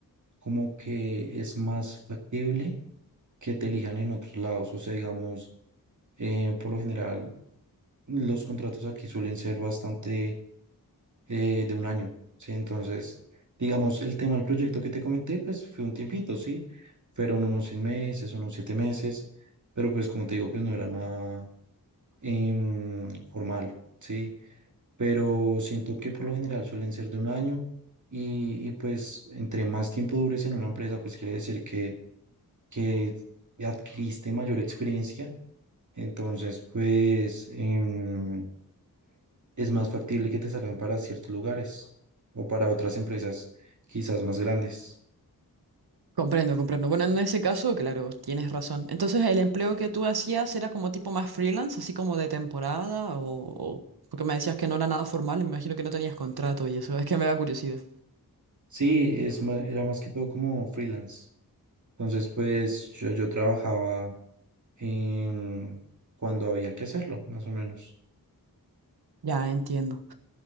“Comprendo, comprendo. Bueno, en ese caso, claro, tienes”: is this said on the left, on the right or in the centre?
Right